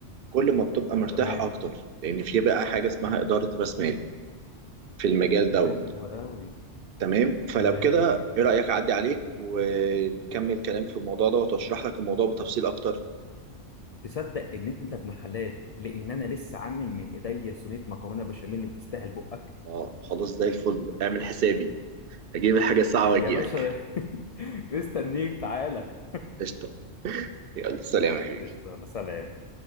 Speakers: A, on the right; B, on the left.
A: كل ما بتبقى مرتاح
B: تمام
A: اكتر لان في بقى حاجه اسمها اداره راس مال في المجال دوت
B: حلو قوي
A: تمام فلو
B: تمام
A: كده ايه رايك اعدي عليك ونكمل كلام في الموضوع دوت واشرح لك الموضوع بتفصيل اكتر
B: تصدق ان انت ابن حلال لان انا لسه عامل من ايديا صينيه مكرونه بشاميل اللي تستاهل بقك
A: اه خلاص زي الفل اعمل حسابي اجيب الحاجة الصعبة واجيلك
B: يا باشا <laughs> مستنيك تعالى
A: قشطة يلا سلام يا حبيبي
B: قشطة أنا سلام